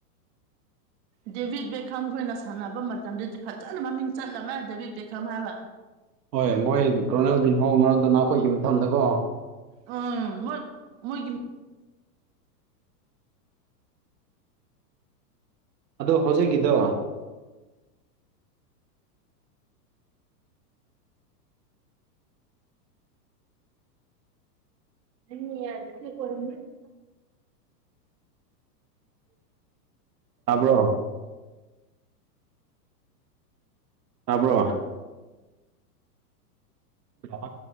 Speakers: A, on the right (about 75°); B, on the right (about 40°).
A: <inaudible>
B: ꯗꯦꯚꯠ ꯕꯦꯛꯈꯝ ꯈꯣꯏꯅ ꯁꯥꯟꯅꯕ ꯃꯇꯝꯗꯗꯤ ꯐꯖꯅ ꯃꯃꯤꯡ ꯆꯠꯂꯝꯃꯦ ꯗꯦꯚꯠ ꯕꯦꯛꯈꯝ ꯍꯥꯏꯕ꯭ꯔꯥ
A: ꯍꯣꯏ ꯃꯣꯏ ꯔꯣꯅꯦꯜꯗꯤꯟꯍꯣ ꯃꯣꯔꯣꯗꯣꯅ ꯈꯣꯏꯒꯤ ꯃꯇꯝꯗꯀꯣ
B: ꯎꯝ ꯃꯣꯏ ꯃꯣꯏꯒꯤ
A: ꯑꯗꯣ ꯍꯧꯖꯤꯛꯀꯤꯗꯣ <unintelligible> ꯇꯕ꯭ꯔꯣ ꯇꯥꯕ꯭ꯔꯣ ꯍꯜꯂꯣ